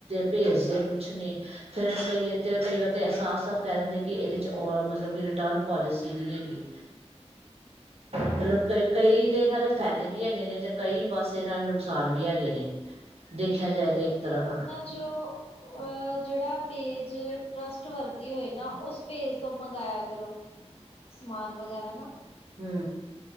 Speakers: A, on the right; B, on the left.
A: ਭੇਜਦੇ ਕੁਛ ਨੇ। ਫਿਰ ਕਈ ਆਰ ਤੇ, ਕਈ ਵਾਰ ਤੇ ਐ ਸਾਫ਼-ਸਾਫ਼ ਕਹਿ ਦਿੰਦੇ ਕਿ, ਇਹਦੇ'ਚ ਔਰ ਮਤਲਬ ਕਿ ਰਿਟਰਨ ਪੌਲਿਸੀ ਨਹੀਂ ਹੈਗੀ। ਮਤਲਬ ਕ, ਕਈ ਤੇ ਇਹਨਾਂ ਦੇ ਫਾਇਦੇ ਵੀ ਹੈਗੇ ਨੇ, ਤੇ ਕਈ ਬਸ ਇਹਨਾਂ ਨੇ ਨੁਕਸਾਨ ਵੀ ਹੈਗੇ ਨੇ, ਦੇਖਿਆ ਜਾਏ ਤੇ ਇੱਕ ਤਰਫ, ਹਾਂ।
B: ਜੋ ਅ ਜਿਹੜਾ ਪੇਜ ਟਰਸਟ ਵਰਦੀ ਹੋਏ ਨਾ, ਉਸ ਪੇਜ ਤੋਂ ਮੰਗਾਇਆ ਕਰੋ। ਸਮਾਨ ਵਗੈਰਾ ਨਾ।
A: ਹੂੰ